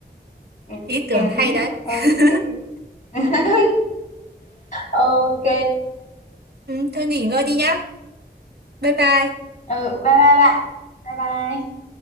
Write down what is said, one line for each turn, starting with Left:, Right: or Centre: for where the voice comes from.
Left: ừ,
Right: ý tưởng
Left: ừ,
Right: hay đấy.
Left: ok
Right: <laughs>
Left: <laughs> ok
Right: Ừ, thôi nghỉ ngơi đi nhá. Bye bye.
Left: ừ, bye bye bạn bye bye